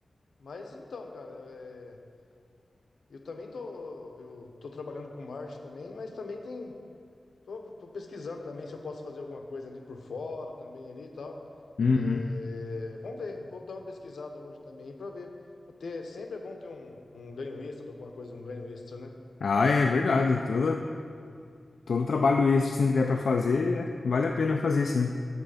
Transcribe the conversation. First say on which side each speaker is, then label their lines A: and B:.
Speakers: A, on the left; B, on the left.
A: Mas então, cara, é, eu também tô, eu tô trabalhando com marketing também, mas também tem. Tô, tô pesquisando também se eu posso fazer alguma coisa ali por fora também ali e tal.
B: Uhum.
A: É, vamos ver, eu vou dar uma pesquisada hoje também para ver. Até sempre é bom ter um, um ganho extra de alguma coisa, um ganho extra, né?
B: Ah, é verdade. Todo, todo trabalho extra assim, que der para fazer, né? Vale a pena fazer, sim.